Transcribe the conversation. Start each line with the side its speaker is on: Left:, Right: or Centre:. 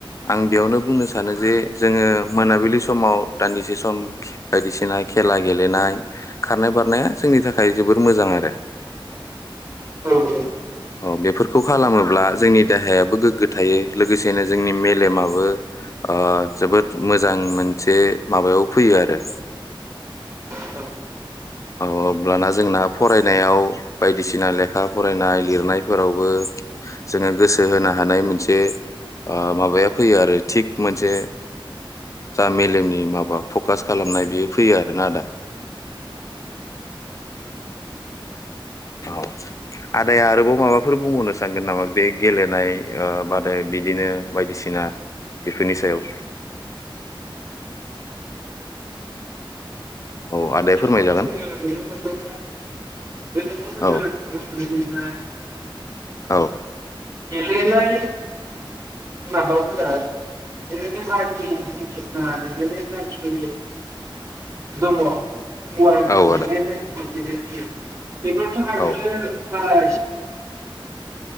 Left: आं बेयावनो बुंनो सानो जे जोङो मोनाबिलि समाव दान्दिसे सम बायदिसिना खेला गेलेनाय खारनाय बारनाया जोंनि थाखाय जोबोर मोजां आरो
Right: औ औ
Left: अ बेफोरखौ खालामोब्ला जोंनि देहायाबो गोग्गो थायो लोगोसेनो जोंनि मेलेमाबो ओ जोबोद मोजां मोनसे माबायाव फैयो आरो
Right: औ
Left: अब्लाना जोंना फरायनायाव बायदिसिना लेखा फरायनाय लिर रनायफोरावबो जोङो गोसो होनो हानाय मोनसे ओ माबाया फैयो आरो थिग मोनसे जा मेलेमनि माबा फकास खालामनाय बेयो फैयो आरोना आदा औ आदाया आरोबाव माबाफोर बुंबावनो सानगोन नामा बे गेलेनाय ओ बादाय बिदिनो बायदिसिना बेफोरनि सायाव औ
Right: गोदोथ
Left: आदाया फोरमायजागोन
Right: जोङो नुनो मोनदोंमोन गोदोथ
Left: औ
Right: जोङो <inaudible>
Left: औ
Right: गेलेनाय माबाफोरा <inaudible> दङ <unintelligible> <unintelligible>
Left: औ आदा
Right: बेफोरथ
Left: औ
Right: आगोलो